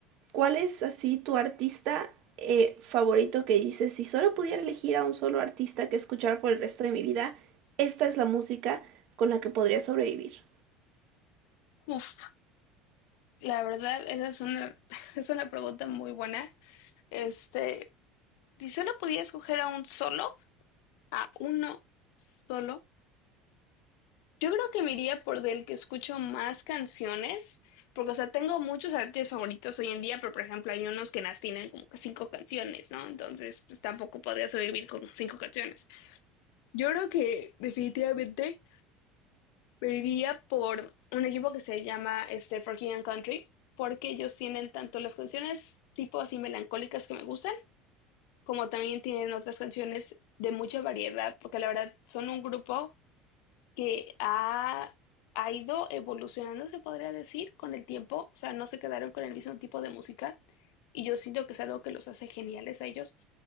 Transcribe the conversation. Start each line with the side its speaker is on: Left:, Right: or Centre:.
Right: ¿cuál es así tu artista eh, favorito que dices, si solo pudiera elegir a un solo artista que escuchar por el resto de mi vida, esta es la música con la que podría sobrevivir?
Left: Uf, la verdad, esa es una, <laughs> es una pregunta muy buena. Este, si solo pudiera escoger a un solo, a uno solo, Yo creo que me iría por del que escucho más canciones, porque, o sea, tengo muchos artistas favoritos hoy en día, pero, por ejemplo, hay unos que nas tienen como que cinco canciones, ¿no? Entonces, pues tampoco podría sobrevivir con cinco canciones. Yo creo que definitivamente me iría por un equipo que se llama este Forgiven Country, porque ellos tienen tanto las canciones tipo así melancólicas que me gustan, como también tienen otras canciones de mucha variedad, porque la verdad son un grupo que ha, ha ido evolucionando, se podría decir, con el tiempo. O sea, no se quedaron con el mismo tipo de música. Y yo siento que es algo que los hace geniales a ellos.